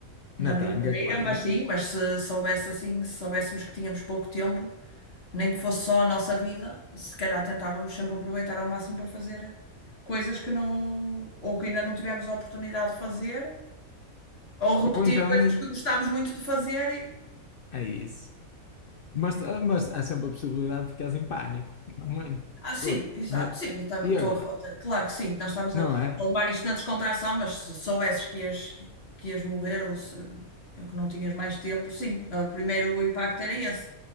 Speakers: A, on the left; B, on the left.
A: na
B: Na
A: brincadeira,
B: tanga, claro.
A: mas sim, mas se soubesse assim, se soubéssemos que tínhamos pouco tempo, Nem que fosse só a nossa vida, se calhar tentávamos sempre aproveitar ao máximo para fazer coisas que não, ou que ainda não tivemos a oportunidade de fazer, ou repetir
B: Ou então
A: coisas
B: em-
A: que gostámos muito de fazer e.
B: é isso. Mas,
A: É.
B: ah, mas há sempre a possibilidade de ficares em pânico. Muito.
A: Ah, sim,
B: Ui,
A: exato,
B: vai.
A: sim, eu tam-
B: E
A: estou
B: agora?
A: a foto. Claro que sim, nós estamos
B: Não
A: a, a
B: é?
A: levar isto na descontração, mas se soubesses que ias, que ias morrer ou se ou que não tinhas mais tempo, sim, ah, o primeiro impacto era esse.